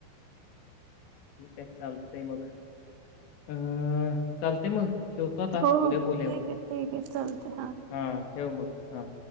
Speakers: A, on the left (about 75°); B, on the right (about 70°).
A: ठीक आहे चाल ते मग अं चाल ते मग ठेवतात
B: हो
A: आ उद्या
B: हो
A: बोलले
B: ठीक
A: मग
B: आहे ठीक आहे चालतंय
A: हा ठेव मग हा